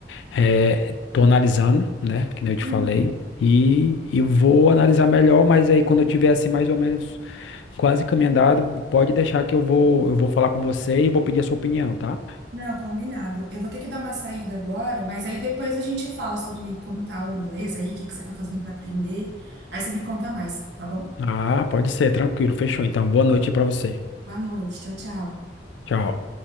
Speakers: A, on the left; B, on the right.
A: eh, tô analisando, né, que nem eu te
B: uhum.
A: falei, e, e vou analisar melhor, mas aí quando eu tiver, assim, mais ou menos quase caminho andado, pode deixar que eu vou, eu vou falar com você e vou pedir a sua opinião, tá?
B: Não, combinado. Eu vou ter que dar uma saída agora, mas aí depois a gente fala sobre como tá o inglês aí, o que que você tá fazendo para aprender. Aí você me conta mais, tá bom?
A: Ah, pode ser, tranquilo, fechou, então, boa noite para você,
B: Boa noite. Tchau, tchau.
A: tchau.